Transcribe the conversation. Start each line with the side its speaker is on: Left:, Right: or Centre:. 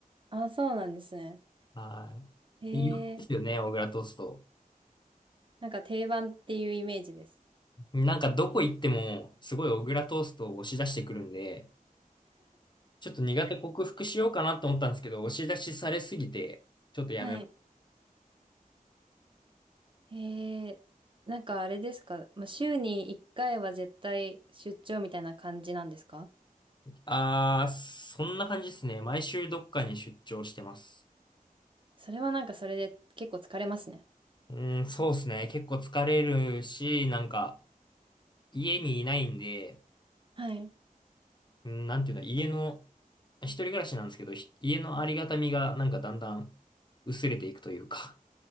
Right: ー、あ、そうなんですね。
Left: は
Right: え
Left: い。有名ですよね、
Right: ー、
Left: 小倉トースト。
Right: なんか定番っていうイメージです。
Left: なんか、どこ行っても、すごい小倉トーストを押し出してくるんで、ちょっと苦手克服しようかなと思ったんですけど、押し出しされすぎて、ちょっとやめ、
Right: はい。えー、なんかあれですか、まあ、週に1回は絶対出張みたいな感じなんですか
Left: あー、そんな感じですね。毎週どっかに出張してます。
Right: それはなんかそれで結構疲れますね。
Left: うーん、そうですね。結構疲れるし、なんか、家にいないんで、
Right: はい。
Left: うん、なんていうの、家の、一人暮らしなんですけど、ひ家のありがたみがなんかだんだん薄れていくというか。